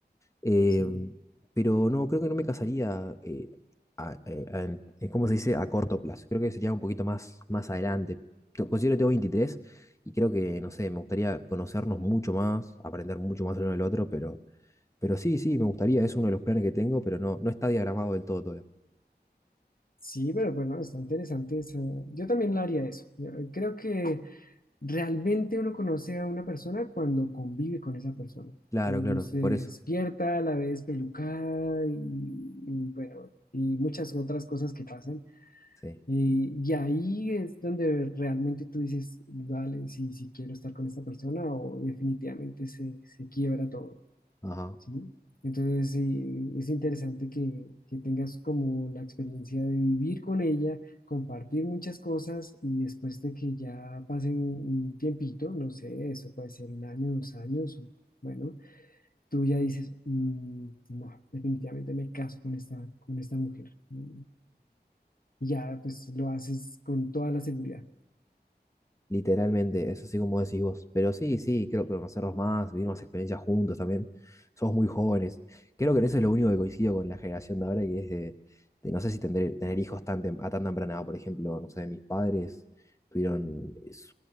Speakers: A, on the left; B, on the left.
A: Eh,
B: Sí,
A: pero no, creo que no me casaría, eh, a- eh, a- en- eh, ¿cómo se dice? A corto plazo. Creo que sería un poquito más, más adelante. Yo Considero que tengo 23 y creo que, no sé, me gustaría conocernos mucho más, aprender mucho más el uno del otro, pero, pero sí, sí, me gustaría, es uno de los planes que tengo, pero no, no está diagramado del todo todavía.
B: sí, pero bueno, está interesante esa- Yo también lo haría eso. Yo creo que... Realmente uno conoce a una persona cuando convive con esa persona,
A: Claro,
B: cuando
A: claro,
B: se
A: por
B: despierta,
A: eso.
B: la ve despelucada y, y bueno, y muchas otras cosas que pasan.
A: Sí.
B: Y, y ahí es donde realmente tú dices, vale, si, si quiero estar con esta persona o definitivamente se, se quiebra todo.
A: Ajá.
B: ¿sí? Entonces, eh, es interesante que, que tengas como la experiencia de vivir con ella, compartir muchas cosas y después de que ya pasen un tiempito, no sé, eso puede ser un año, dos años, o, bueno, tú ya dices, "Mm, no, definitivamente me caso con esta, con esta mujer. Y, y ya, pues lo haces con toda la seguridad.
A: Literalmente, eso así como decís vos. Pero sí, sí, creo que conocerlos más, vivir más experiencias juntos también. Somos muy jóvenes. Creo que en eso es lo único que coincido con la generación de ahora, que es de, de no sé si tener, tener hijos tan tem- a tan temprana edad. Por ejemplo, no sé, mis padres tuvieron, es-